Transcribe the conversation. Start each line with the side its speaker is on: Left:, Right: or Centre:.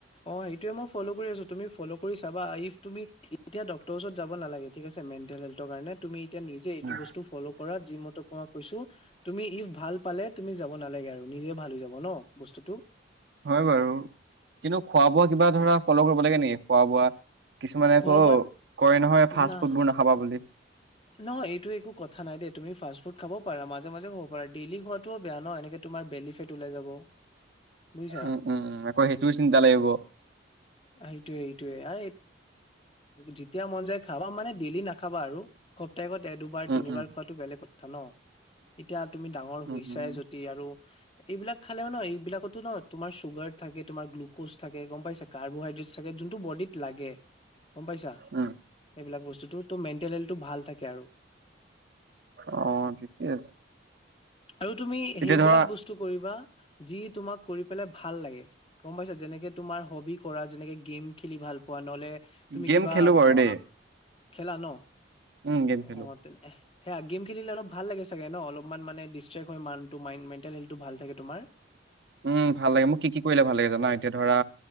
Left: অ, সেইটোৱে মই ফল' কৰি আছো তুমি ফল' কৰি চাবা ইফ তুমি এতিয়া ডক্তৰৰ ওচৰত যাব নালাগে ঠিক আছে, মেণ্টেল হেলথৰ কাৰণে তুমি এতিয়া নিজে এইটো
Right: উম।
Left: বস্তু ফল' কৰা যি মতে তোমাক কৈছো তুমি ইফ ভাল পালে তুমি যাব নালাগে আৰু নিজে ভাল হৈ যাব ন বস্তুটো?
Right: হয় বাৰু কিন্তু খোৱা বোৱা কিবা ধৰা ফল' কৰিব লাগে নেকি? খোৱা বোৱা কিছুমানে
Left: খোৱা
Right: আকৌ
Left: বোৱাত
Right: কয় নহয় ফাষ্ট
Left: না
Right: ফুডবোৰ নাখাবা বুলি
Left: নহয় এইটো একো কথা নাই দে তুমি ফাষ্ট ফুড খাব পাৰা মাজে মাজে খাব পাৰা ডেইলি খোৱা তো বেয়া ন এনেকে তোমাৰ বেলিফেট ওলাই যাব। বুজিছা
Right: উম উম উম আকৌ সেইটোও চিন্তা লাগিব।
Left: আ সেইটোয়ে এইটোয়ে আ যেতিয়া মন যায় খাবা মানে ডেইলি নাখাবা আৰু। সপ্তাসিকত এ দুবাৰ,
Right: উম
Left: তিনিবাৰ
Right: উম।
Left: খোৱাতো বেলেগ কথা ন, এতিয়া তুমি ডাঙৰ
Right: উম
Left: শুইছাই
Right: উম
Left: য দি আৰু এইবিলাক খালেও ন এইবিলাকতো ন তোমাৰ চুগাৰ থাকে, তোমাৰ গ্লক'জ থাকে গম পাইছে। কাৰ্বহাইড্ৰেট থাকে যোন টো বডিত লাগে গম পাইছা।
Right: উম
Left: এইবিলাক বস্তুটো মেন্টেল হেলটো ভাল থাকে আৰু
Right: অ' ঠিকেই আছে।
Left: আৰু তুমি
Right: এতিয়া
Left: সেইবিলাক
Right: ধৰা
Left: বস্তু কৰিবা যি তোমাক কৰি পেলাই ভাল লাগে গম পাইছা। যেনেকে তোমাৰ হবি কৰা, যেনেকে গেম খেলি ভাল পোৱা নহলে তুমি
Right: গেম
Left: কিবা
Right: খেলো বাৰু দেই
Left: আ খেলা ন
Right: উম গেম খেলো।
Left: অ' তেনে সেয়া, গেম খেলিলে অলপ ভাল লাগে চাগে ন অলপমান মানে ডিচ ট্ৰেক হয় মাইণ্ড মেণ্টেল হেল্থটো ভাল থাকে তোমাৰ
Right: উম' ভাল লাগে মোক কি কি কৰিলে ভাল লাগে জানা এতিয়া ধৰা